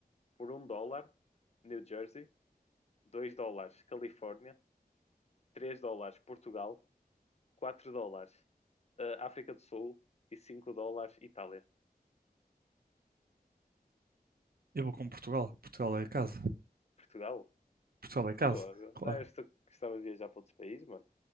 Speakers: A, on the left; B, on the right.
A: Por um dólar, New Jersey. Dois dólares, Califórnia. três dólares Portugal, 4 dólares eh, África do Sul e 5 dólares Itália.
B: Eu vou com Portugal. Portugal é casa.
A: Portugal?
B: Portugal é casa,
A: Fogo.
B: claro.
A: Não eras tu que gostava de viajar para outros países, mano?